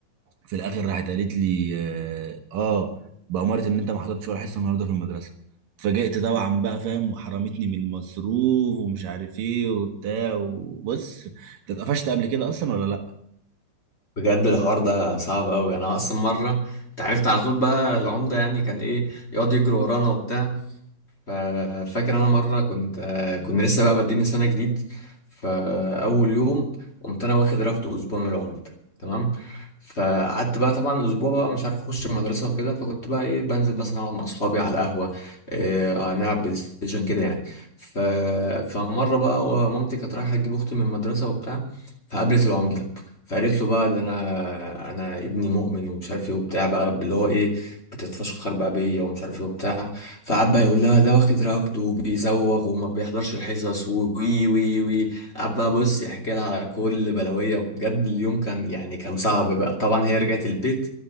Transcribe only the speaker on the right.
في الاخر راحت قالت لي اه آه، بأمارة ان انت ما حضرتش ولا حصه النهارده في المدرسه اتفاجئت طبعا بقى فاهم وحرمتني من المصروف ومش عارف ايه وبتاع وبص انت اتقفشت قبل كده اصلا ولا لا